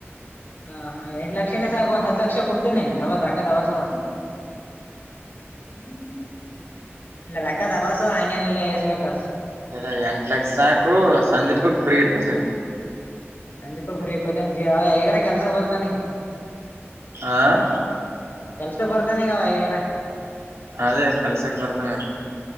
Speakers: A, on the left (about 40°); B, on the right (about 75°).
A: ಹಾ ಹಾ ಎಂಟ ಲಕ್ಷನೇ ಸಾಕು ಒಂದ್ ಹತ್ ಲಕ್ಷ ಕೊಡ್ತೇನಿ ನಮ್ಮಬಲಿ ರೂಕ್ಕದಬಾಸ ಅವ ಹ್ಮ ಇಲ್ಲ ರಕ್ಕದಬಾರ್ಸ ಹಂಗೇನಿಲ್ಲ ಎಸ ಬೇಕಾಸ
B: ಅ ಎಂಟ ಲಕ್ಷ ಸಾಕು ಸಂದೀಪ್ ಫ್ರೀ ಇಟ್ಕೋತೀವಿ
A: ಸಂದೀಪ ಫ್ರೀ ಕೊಯ್ತಾನ ಎನರ ಕೆಲಸಕ್ಕೆ ಬರತ್ತಾನಂಗ
B: ಆ.
A: ಕೆಲ್ಸಕ್ ಬರ್ತಾನಿಗ ಅವ್ಯಗಾರ.
B: ಅದೇ ಕೆಲ್ಸಕ್ ಬರ್ತಾನ